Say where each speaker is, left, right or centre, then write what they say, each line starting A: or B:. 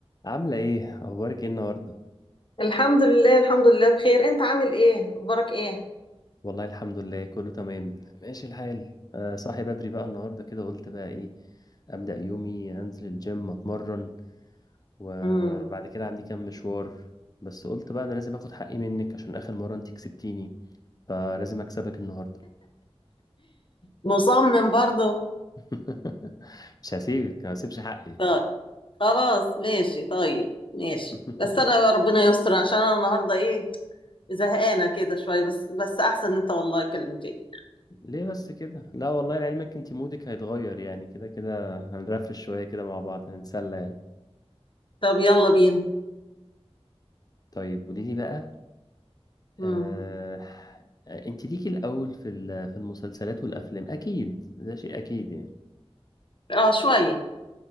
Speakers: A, on the left; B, on the left.
A: عاملة ايه؟ اخبارك ايه النهاردة؟
B: الحمد لله الحمد لله بخير انت عامل ايه اخبارك ايه
A: والله الحمد لله كله تمام ماشي الحال آه صاحي بدري بقى النهاردة كده قلت بقى ايه ابدأ يومي انزل الجيم اتمرن وبعد
B: مم.
A: كده عندي كام مشوار بس قلت بقى انا لازم اخد حقي منك عشان اخر مرة انت كسبتيني فلازم اكسبك النهاردة
B: مصمم برضه
A: <laughs> مش هسيبك ما هسيبش حقي
B: طيب خلاص ماشي طيب ماشي
A: <laughs>
B: بس انا ربنا يستر عشان انا النهارده ايه زهقانه كده شويه بس بس احسن انت والله كلمتني
A: ليه بس كده؟ لا والله لعلمك انت مودك هيتغير يعني كده كده هنرفرش شوية كده مع بعض هنتسلى يعني
B: طب يلا بينا
A: طيب قولي لي بقى
B: مم.
A: آه... آه، انت ليكي الاول في ال- في المسلسلات والافلام اكيد ده شيء اكيد يعني
B: اه شويه